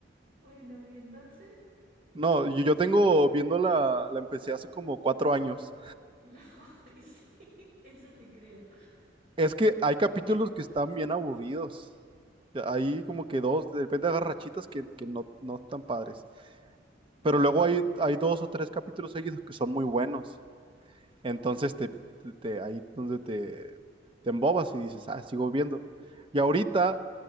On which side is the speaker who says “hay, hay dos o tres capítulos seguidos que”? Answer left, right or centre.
Right